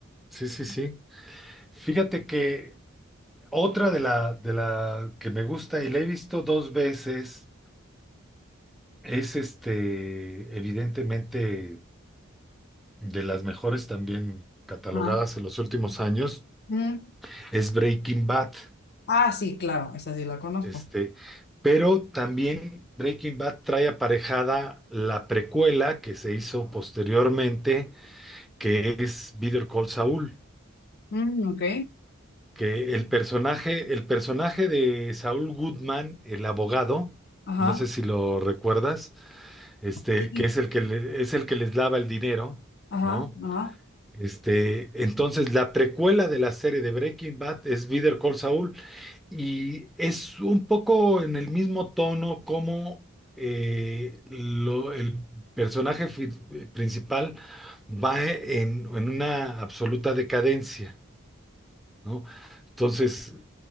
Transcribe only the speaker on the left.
Ajá.
Mm.
Ah, sí, claro, esa sí la conozco.
Mm, ok.
Ajá.
Sí.
Ajá.
Ajá.